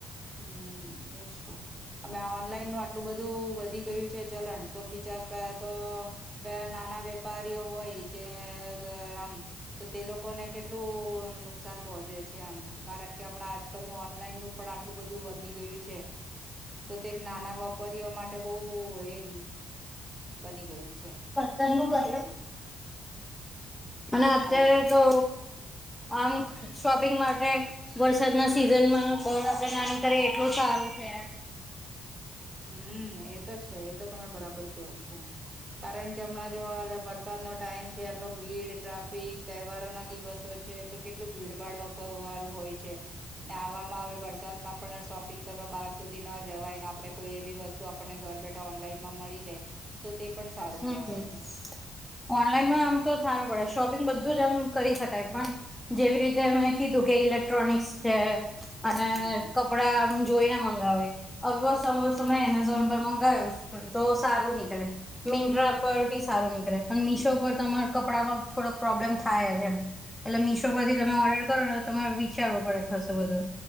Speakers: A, on the right (about 25°); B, in the centre.
A: હમ એ તોમે ઓનલાઈન આટલું બધું વધી ગયુ છે, ચલણ તો બીચા પ તો નાના વેપારીઓ હોય જે આમ તો તે લોકોને કેટલું નુકસાન પહોંચે છે, આમ કારણ કે હમણાં આજકાલનું ઓનલાઈનનુ પણ બધુ વધી ગયુ છે, તો તે નાના પરઓ માટે બહુ એ બની ગયું છે.
B: તુ ક અને અત્યારે
A: હાલો
B: તો અંક શોપિંગ માટે વરસાદ ના સિઝનમા બ આપડે નાની કરીએ એટલું સારુ છે.
A: હમ એ તો છે એતો તમે બરાબર કયો છો. કારણ કે હમણાં જો વરસાદનોો ટાઈમ છે, એટલો ભીડ ટાફ તહેવારો ના દિવસો છે, તો કેટલું ભીડભાડ વખ વારું હોય છે ને આવા હવે વરસાદમાં પણ શોપિંગ કરવા બહાર સુધી ન જવાયને આપણે કોઈ એવી વસ્તુ આપણને ઘર બેઠા ઓનલાઈનમા મળી જાય તો તે પણ સારું
B: હમ
A: કેહેવાય છે.
B: ઓનલાઈનમાં આમ તો સારુ પડે શોપિંગ બધું જ આમ કરી શકાય પણ જેવી રીતે મેં કીધું કે ઇલેક્ટ્રોનિક્સ છે, અને
A: હમ
B: કપડા જોઈને મંગાવે અ ત એમેઝોન પર મંગાવ્યો તો સારું નીકળે મિન્ટ્રા પર બી સારું નીકળે પણ મીશો પર તમારા કપડામાં થોડોક પ્રોબ્લેમ થાય છે, એમ એટલે મીશો પરથી તમે ઓર્ડર કરો ને તમારે વિચારવું પડે ખાસુ બધુ